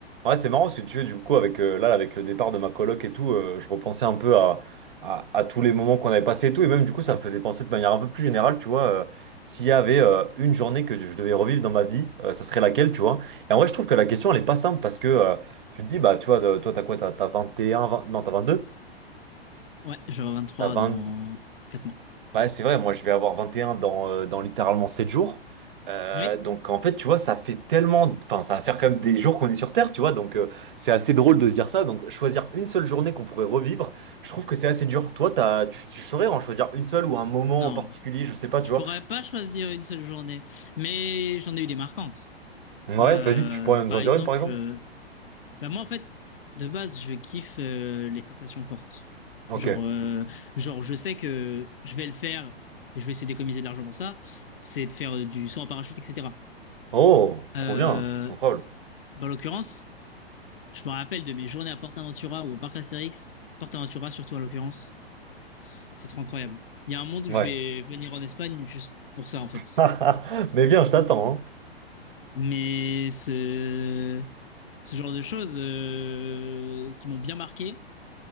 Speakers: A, on the right; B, on the left.
A: Ouais, c'est marrant parce que tu veux, du coup, avec, euh, là, avec le départ de ma coloc et tout, euh, je repensais un peu à, à, à tous les moments qu'on avait passés et tout. Et même, du coup, ça me faisait penser de manière un peu plus générale, tu vois, euh, s'il y avait euh, une journée que je devais revivre dans ma vie, euh, ça serait laquelle, tu vois. Et en vrai, je trouve que la question, elle est pas simple parce que euh, tu te dis, bah, tu vois, de- toi, t'as quoi? T'as t'as 21, 20 non, t'as vingt deux
B: Ouais, j'aurai 23
A: T'as vingt
B: dans 4 mois.
A: Ouais, c'est vrai, moi je vais avoir 21 dans, euh, dans littéralement 7 jours. Euh,
B: Oui,
A: donc en fait, tu vois, ça fait tellement... Enfin, ça va faire quand même des jours qu'on est sur Terre, tu vois. Donc euh, c'est assez drôle de se dire ça. Donc choisir une seule journée qu'on pourrait revivre, je trouve que c'est assez dur. Toi, t'as, tu, tu saurais en choisir une seule ou un moment
B: non.
A: en particulier, je sais pas,
B: Je
A: tu vois.
B: pourrais pas choisir une seule journée, mais j'en ai eu des marquantes.
A: Ouais,
B: Euh,
A: vas-y, tu pourrais nous
B: par
A: en
B: exemple,
A: dire une par exemple?
B: euh, bah moi en fait, de base, je kiffe euh, les sensations fortes.
A: Ok.
B: Genre, euh, genre, je sais que je vais le faire et je vais essayer d'économiser de l'argent pour ça. C'est de faire euh, du saut en parachute, etc.
A: Oh,
B: Euh,
A: trop bien, incroyable.
B: dans l'occurrence, je me rappelle de mes journées à PortAventura ou au parc Astérix, PortAventura surtout en l'occurrence. C'est trop incroyable. Il y a un monde
A: Ouais.
B: où je vais venir en Espagne juste pour ça, en fait.
A: <laughs> Mais bien, je t'attends, hein.
B: Mais ce, ce genre de choses euh, qui m'ont bien marqué.